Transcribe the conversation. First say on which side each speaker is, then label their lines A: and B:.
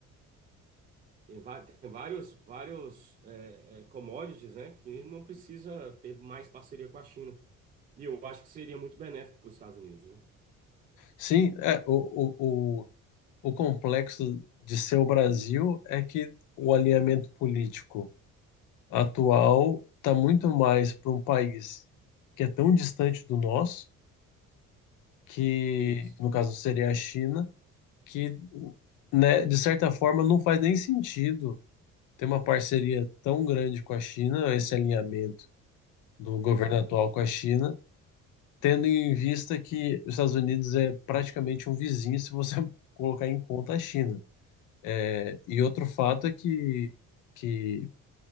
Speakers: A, on the right; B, on the left.
A: Tem, va- tem vários, vários é, é, commodities, né, que não precisa ter mais parceria com a China. E eu acho que seria muito benéfico para os Estados Unidos, né?
B: sim, é, o, o, o, o complexo de ser o Brasil é que o alinhamento político. atual está muito mais para um país que é tão distante do nosso, que
A: Isso,
B: no caso seria a China, que, né, de certa forma não faz nem sentido ter uma parceria tão grande com a China, esse alinhamento do governo
A: exatamente.
B: atual com a China, tendo em vista que os Estados Unidos é praticamente um vizinho se você <laughs> colocar em conta a China. É, E outro fato é que, que